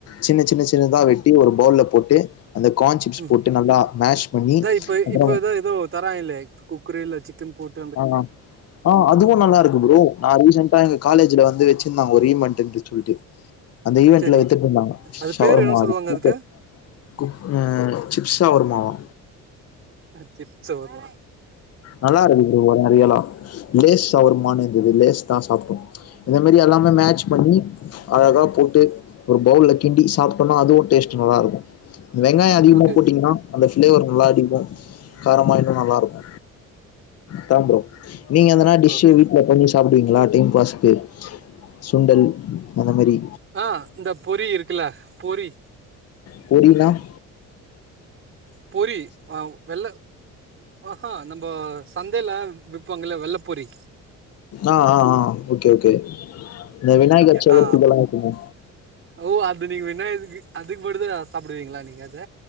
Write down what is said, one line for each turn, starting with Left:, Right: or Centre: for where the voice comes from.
Left: சின்ன சின்ன சின்னதா வெட்டி ஒரு பவுல்ல போட்டு அந்த கான் சிப்ஸ்
Right: ம்
Left: போட்டு நல்லா மேஷ் பண்ணி
Right: இதா இப்ப
Left: அப்புறம்
Right: இப்ப ஏதோ ஏதோ தராங்கள்ளே குக்குரேல சிக்கன் போட்
Left: ஆ ஆ அதுவு நல்லாருக்கு ப்ரோ நா ரீசென்டா இங்க காலேஜ்ல வந்து வச்சுருந்தாங்க ஒரு ஈமெண்ட்க்கு சொல்ட்டு அந்த ஈவென்ட்ல
Right: சரி
Left: வித்துட் இருந்தாங்க
Right: அது
Left: ஷவர்மா
Right: பேரு என்ன சொல்லுவாங்க
Left: அது கூப்பர்
Right: அதுக்கு
Left: குக் அ சிப்ஸா வருமாவா
Right: சிப்ஸு வருமா
Left: நல்லாருக்கு ப்ரோ வரு நெறையாலா லேஸ் சவர்மானு இருந்தது லேஸ் தா சாப்ட்டோ இந்த மாரி எல்லாமே மேட்ச் பண்ணி அத தா போட்டு ஒரு பவுல்ல கிண்டி சாப்ட்டோனா அதுவு டேஸ்ட் நல்லா இருக்கு வெங்காய அதிகமா
Right: ஓகே ஓகே
Left: போட்டீங்கனா அந்த பிளேவர் நல்லா அடிக்கு காரமா இன்னு நல்லா இருக் தா ப்ரோ நீங்க எதுனா டிஷு
Right: ஓகே ஓகே
Left: வீட்ல போனிஷ் சாப்டுவீங்ளா டைம் பாஸுக்கு சுண்டல் அந்த மாரி
Right: ஆ இந்த பொரி இருக்குல்ல பொரி
Left: பொரினா ஆ
Right: பொரி ஆ வெள்ள ஆஹா நம்ப சந்தைல விப்பாங்கல்ல வெள்ள பொரி
Left: ஆ ஆ ஆ ஓகே ஓகே இந்த விநாயகர் சதுர்த்திக்கெல்லா
Right: ஆ
Left: இருக்குங்க
Right: ஓ அது நீங்க விநாயருக்கு அதுக்கு மட்டு தா சாப்டுவீங்ளா நீங்க அத